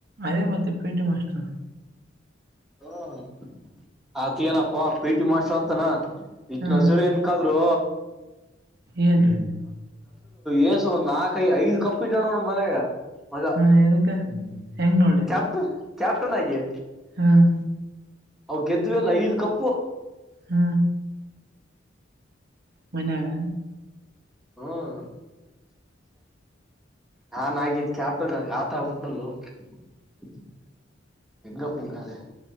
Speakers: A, on the right; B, in the centre.
A: ಅದೇ ಮತ್ತೆ ಪೀಟಿ ಮಾಸ್ರ್
B: ಹ್ಮ <inaudible> ಆತ್ ಏನಪ್ಪ ಪಿಟಿ ಮಾಸ್ಟರ್ ಆತಾನ ಇತ್
A: ಹ್ಮ್
B: ನಜೂರು ನ್ಕಾದ್ರು
A: ಏನು
B: ಯಸು ನಾಕ <inaudible> ಕೈ ಐದು ಕಪ್ಪ ಇಟ್ಟೊಂಡ ಮನೆಗ ಮಜ
A: ಹಾ ಎದಕ್ಕ ಹೆಂಗ್ ನೋಡಿ
B: ಕ್ಯಾಪ್ ಕ್ಯಾಪ್ಟನ್ ಆಗಿ
A: ಹ್ಮ್
B: ಅವ ಗೆದುವಲ್ಲ ಐದ ಕಪ್ಪು
A: ಹಾ ಮನ್ಯಾಗ
B: ಹ್ಮ ನಾನ್ ಆಗತ್ ಕ್ಯಾಪ್ಟನ್ ಆಟ ಅಡಿಬಿಟ್ ಹಲ್ಲೋ <unintelligible> ಹೆಂಗಪ್ಪಂಗಾದ್ರೆ